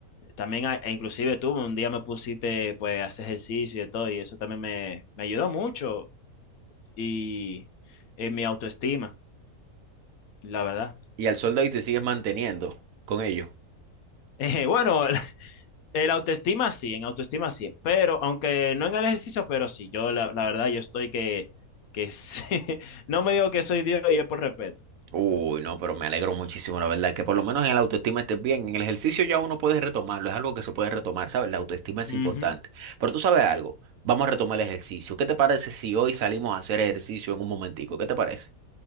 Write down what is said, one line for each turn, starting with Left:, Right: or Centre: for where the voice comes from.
Left: También, a- e inclusive tú un día me pusiste pues a hacer ejercicio y de todo, y eso también me, me ayudó mucho y en mi autoestima, la verdad. <laughs>
Right: Y al sol de hoy te sigues manteniendo con ellos.
Left: Eh, bueno, <laughs> el autoestima sí, en autoestima sí, pero aunque no en el ejercicio, pero sí, yo la, la verdad yo estoy que, que sí. <laughs> No me digo que soy Dios y es por respeto.
Right: Uy, no, pero me alegro muchísimo, la verdad, que por lo menos en la autoestima estés bien. En el ejercicio ya uno puede retomarlo, es algo que se puede retomar, ¿sabes? La autoestima es
Left: Ujú.
Right: importante. Pero tú sabes algo, vamos a retomar el ejercicio. ¿Qué te parece si hoy salimos a hacer ejercicio en un momentico? ¿Qué te parece?